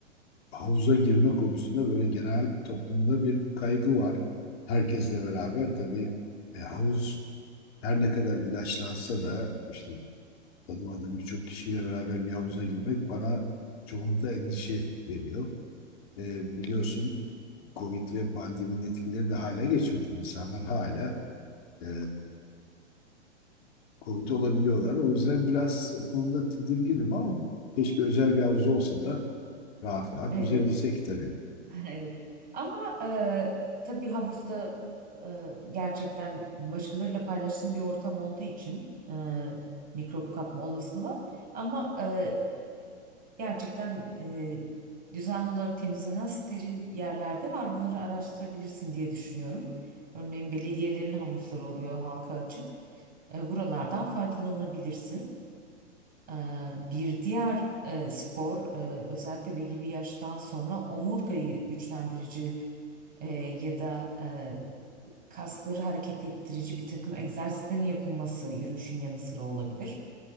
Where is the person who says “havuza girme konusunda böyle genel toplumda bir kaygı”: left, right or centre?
Left